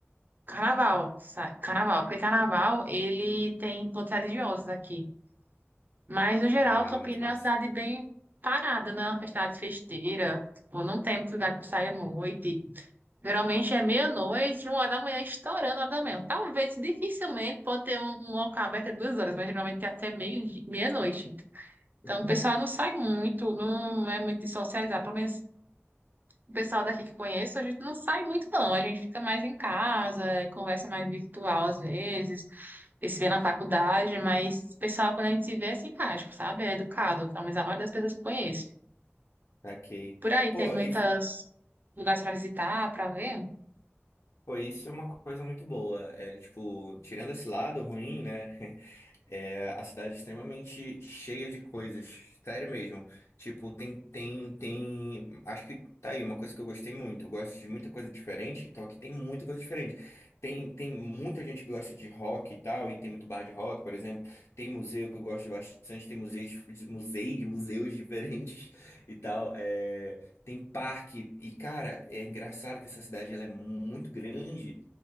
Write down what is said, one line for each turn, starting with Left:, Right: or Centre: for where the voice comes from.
Right: carnaval, sabe? Carnaval, porque carnaval ele tem encontros religiosos aqui. Mas no geral,
Left: Ah,
Right: Campinas
Left: muito massa.
Right: é uma cidade bem parada, né? Uma cidade festeira, tipo, não tem muito lugar para sair à noite. Geralmente é meia-noite, uma hora da manhã, estourando a hora da manhã. Talvez, dificilmente, pode ter um, um local aberto duas horas, mas geralmente é até meio, meia-noite. Então,
Left: <laughs>
Right: o pessoal não sai muito, não é muito de socializar. Pelo menos o pessoal daqui que conheço, a gente não sai muito, não. A gente fica mais em casa, é, conversa mais virtual às vezes, e se vê na faculdade, mas o pessoal, quando a gente se vê, é simpático, sabe? É educado. Pelo menos a maioria das pessoas que conheço.
Left: Saquei.
Right: Por aí
Left: Pô,
Right: tem muitos
Left: e.
Right: lugares para visitar, para ver.
Left: Pô, isso é uma coisa muito boa. É, tipo, tirando esse lado ruim, né? <laughs> É a cidade é extremamente cheia de coisas. Sério mesmo. Tipo, tem, tem, tem. Acho que tá aí uma coisa que eu gostei muito. Eu gosto de muita coisa diferente, então aqui tem muita coisa diferente. Tem, tem muita gente que gosta de rock e tal, e tem muito bar de rock, por exemplo. Tem museu que eu gosto bastante, tem museus, museus, museus diferentes e tal. É, tem parque. E, cara, é engraçado que essa cidade ela é muito grande.